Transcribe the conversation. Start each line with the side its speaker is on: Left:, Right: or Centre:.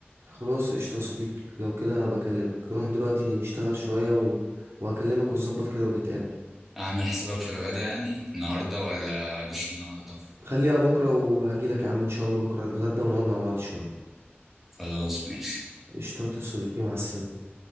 Right: خلاص قشطه يا صديقي لو كده هبقى اكلمك نروح دلوقتي نشتغل شويه و... وهكلمك ونظبط كده ونتقابل
Centre: اعمل حسابك في الغدا يعني النهارده ولا مش النهارده
Right: خليها بكره وهجيلك يا عم ان شاء الله بكره نتغدى ونقعد مع بعض شويه
Centre: خلاص ماشي
Right: قشطه يا صديقي مع السلامه